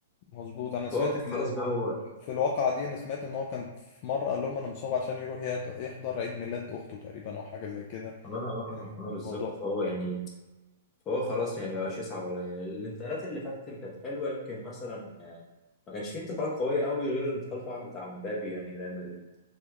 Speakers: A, on the left; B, on the left.
A: مظبوط أنا سمعت
B: هو خلاص
A: إن
B: بقى هو
A: في الواقعة دي أنا سمعت إن هو كان في مرة قال لهم أنا مصاب عشان يروح يد- يحضر عيد ميلاد أخته تقريبا أو حاجة زي كده
B: اه اه
A: يعني
B: اه آه،
A: الموضوع
B: بالظبط فهو يعني فهو خلاص يعني مبقاش يصعب عليا الانتقالات اللي فاتت اللي كانت حلوه يمكن مثلا آه، ما كانش فيه انتقالات قويه قوي غير الانتقال طبعا بتاع مبابي يعني ريال مدريد